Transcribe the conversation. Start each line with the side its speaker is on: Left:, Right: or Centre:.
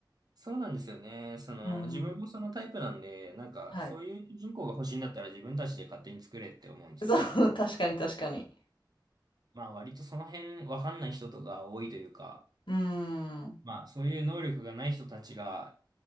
Right: そうなんですよね。その、
Left: うん。
Right: 自分もそのタイプなんで、なんか、
Left: はい。
Right: そういう主人公が欲しいんだったら自分たちで勝手に作れって思うんですよね。
Left: そう、<laughs> 確かに確かに。
Right: まあ、割とその辺わかんない人とか多いというか、
Left: うーん。
Right: まあ、そういう能力がない人たちが